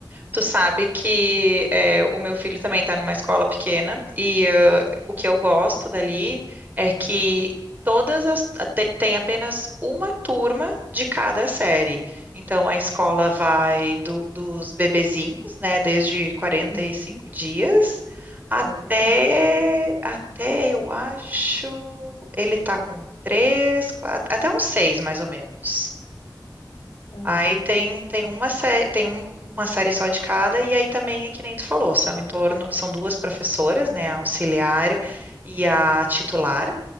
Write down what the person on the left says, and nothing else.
Uhum.
Eita.
Uhum.